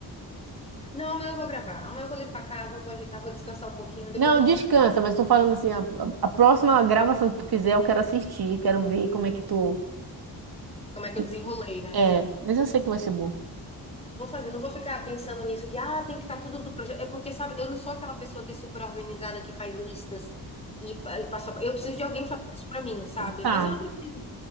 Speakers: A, on the left; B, on the right.
A: Não, amanhã eu vou gravar. Amanhã eu vou limpar a casa, vou ajeitar, vou descansar um pouquinho. Depois
B: Não,
A: eu
B: descansa,
A: vou ser.
B: mas estou falando assim, a, a- a próxima gravação que tu fizer, eu quero assistir, quero ver como é que tu.
A: Como é que
B: que-
A: eu desenrolei, né?
B: é, mas eu sei que vai ser bom.
A: Vou fazer, não vou ficar pensando nisso de, ah, tem que estar tudo do projeto. É porque, sabe, eu não sou aquela pessoa que é super organizada, que faz listas e, pa- e passa. Eu preciso de alguém fazer isso pra mim, sabe?
B: Tá,
A: Mas eu não preciso.